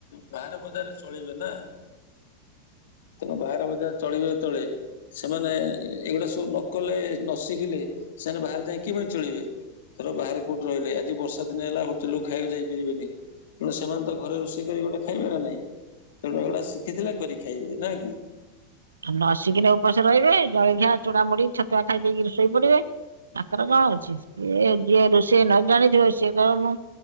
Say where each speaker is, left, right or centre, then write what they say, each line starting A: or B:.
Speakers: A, on the left; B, on the right.
A: ବାହାରେ ବଜାରେରେ ଚଳିବେ ନା। ତୁମ ବାହାର ବଜାର ଚଳିବେ ଯେତେଳେ ସେମାନେ ଏଗୁଡା ସବୁ ନକଲେ ନ ଶିଖିଲେ ସେମାନେ ବାହାରେ ଯାଇ କେମିତି ଚଳିବେ? ଧର ବାହାରେ କୋଉଠି ରହିଲେ ଆଜି ବର୍ଷା ଦିନ ହେଲା ହୋଟେଲ କୁ ଖାଇବାକୁ ଯାଇପାରିବେନି ତେଣୁ ସେମାନେ ତ ଘରେ ରୋଷେଇ କରି ଗଣ୍ଡେ ଖାଇବେ ନା ନାଇଁ ତେଣୁ ଏଗୁଡା ଶିଖିଥିଲା କରି ଖାଇବେ ନା କି?
B: ନ ସିଖିନେ ଉପାସ ରହିବେ ଜଳଖିଆ ଚୁଡ଼ା ମୁଢି ଛତୁଆ ଖାଇ ଦେଇକିରି ଶୋଇ ପଡିବେ। ତାଙ୍କର କଣ ଅଛି ଏ ଯିଏ ରୋଷେଇ ନ ଜାଣିଥିବ ସିଏ କଇବ ମୁଁ